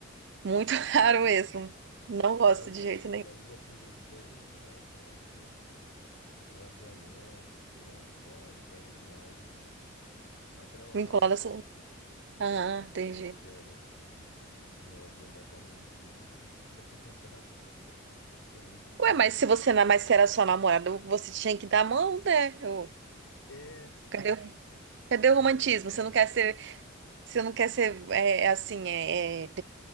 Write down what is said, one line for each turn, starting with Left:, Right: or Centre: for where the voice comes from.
Right: Muito <laughs> raro mesmo.
Left: <laughs>
Right: Não gosto
Left: Mas, eu
Right: de
Left: fa-
Right: jeito nenhum.
Left: mas eu já fiz isso até em relação a, tipo, relacionamentos e tudo mais. Tipo, ah, não quero minha imagem atrelada,
Right: Me incomoda
Left: sabe?
Right: assim.
Left: É,
Right: Aham,
Left: tipo,
Right: entendi.
Left: não quero, assim. Tipo, o negócio de andar com a mão. <laughs> Até de andar com a mão dada, cara. Isso é muito bizarro.
Right: Ué, mas se você não mais era sua namorada, você tinha que dar a mão, né? Ô,
Left: É,
Right: cadê, o- cadê
Left: é,
Right: o romantismo?
Left: teórica.
Right: Você não quer ser, você não quer ser é, é assim, é, é,